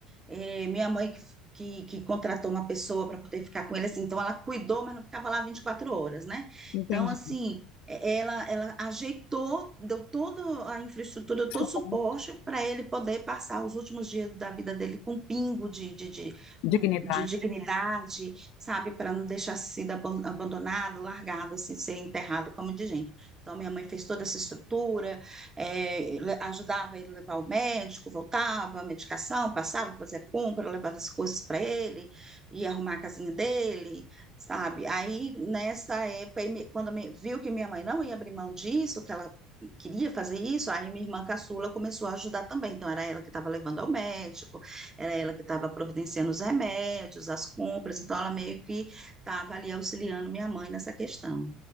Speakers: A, on the right (about 20°); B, on the left (about 60°).
A: É, minha mãe que, que, que contratou uma pessoa para poder ficar com ele, assim, então ela cuidou, mas não ficava lá 24 horas, né?
B: entendi.
A: Então, assim, é- ela, ela ajeitou, deu toda a infraestrutura, deu
B: Isso
A: todo o suporte
B: bom,
A: para ele poder passar os últimos dias da vida dele com um pingo de, de, de,
B: dignidade.
A: com- de dignidade, sabe? Para não deixar sido aban- abandonado, largado, assim, ser enterrado como de gente. Então, minha mãe fez toda essa estrutura, é, ajudava ele a levar o médico, voltava, medicação, passava, fazia compra, levava as coisas para ele, ia arrumar a casinha dele, sabe? Aí, nessa época, aí me- quando me- viu que minha mãe não ia abrir mão disso, que ela queria fazer isso, aí minha irmã caçula começou a ajudar também. Então, era ela que estava levando ao médico, era ela que estava providenciando os remédios, as compras, então ela meio que estava ali auxiliando minha mãe nessa questão.